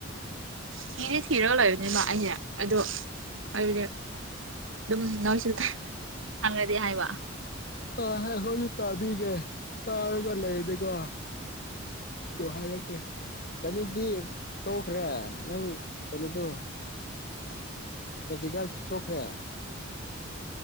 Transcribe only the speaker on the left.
ꯍꯣꯏ ꯍꯣꯏ ꯍꯣꯏ ꯑꯩꯈꯣꯏꯁꯨ ꯇꯥꯕꯤꯒꯦ ꯇꯥꯔꯒ ꯂꯩꯔꯗꯤꯀꯣ ꯑꯗꯨ ꯍꯥꯏꯔꯛꯀꯦ ꯀꯩꯅꯣꯗꯤ ꯇꯣꯛꯈ꯭ꯔꯦ ꯅꯪ ꯀꯩꯅꯣꯗꯣ ꯀꯖꯤꯛꯀꯥꯟꯁꯨ ꯇꯣꯛꯈ꯭ꯔꯦ